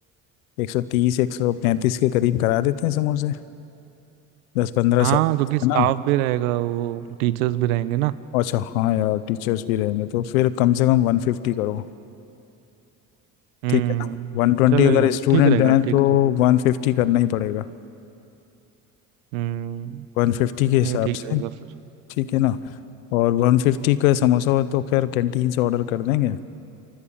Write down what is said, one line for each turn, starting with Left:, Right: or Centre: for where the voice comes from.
Left: 130 135 के करीब करा देते हैं समोसे दस पंद्रह
Right: हाँ
Left: सब
Right: क्योंकि स्टाफ
Left: है ना
Right: भी रहेगा वो टीचर्स भी रहेंगे ना
Left: अच्छा हाँ यार टीचर्स भी रहेंगे तो फिर कम से कम वन फिफ्टी करो
Right: हम्म
Left: ठीक है ना वन ट्वेंटी
Right: चलेगा
Left: अगर स्टूडेंट
Right: ठीक रहेगा
Left: हैं
Right: ठीक
Left: तो
Right: रहेगा
Left: वन फिफ्टी करना ही पड़ेगा
Right: हम्म
Left: वन फिफ्टी के हिसाब
Right: नहीं ठीक
Left: से
Right: रहेगा फिर
Left: ठीक है ना और वन फिफ्टी का समोसा हो तो खैर कैंटीन से ऑर्डर कर देंगे